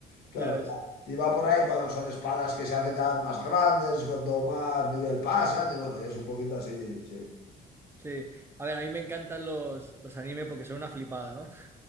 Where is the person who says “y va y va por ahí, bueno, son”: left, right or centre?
Left